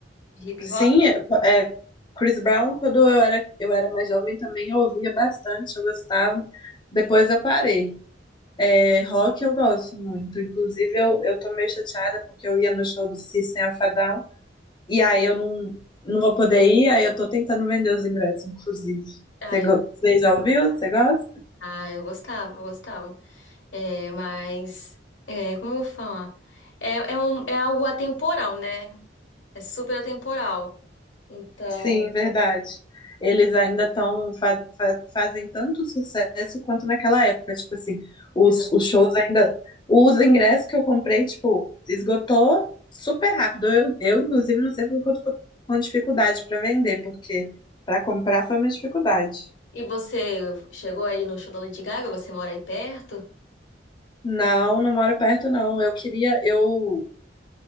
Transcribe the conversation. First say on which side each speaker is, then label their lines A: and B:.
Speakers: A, on the left; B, on the left.
A: de hip
B: sim,
A: hop?
B: é, é, Chris Brown, quando eu era, eu era mais jovem também eu ouvia bastante, eu gostava. Depois eu parei. É, rock eu gosto muito. Inclusive eu, eu tô meio chateada porque eu ia no show do System of a Down e aí eu não, não vou poder ir, aí eu tô tentando vender os ingressos, inclusive.
A: Ah,
B: Você,
A: eu,
B: go- você já ouviu? Você gosta?
A: ah, eu gostava, eu gostava. É, mas, é, como eu vou falar? É, é, um- é algo atemporal, né? É super atemporal. Então,
B: Sim, verdade. Eles ainda estão fazem tanto sucesso quanto naquela época. Tipo assim, os,
A: exato.
B: os shows ainda. Os ingressos que eu comprei, tipo, esgotou super rápido. Eu, eu inclusive, não sei porque eu tô com dificuldade para vender, porque para comprar foi uma dificuldade.
A: E você chegou aí no show da Lady Gaga? Você mora aí perto?
B: Não, não moro perto, não. Eu queria, eu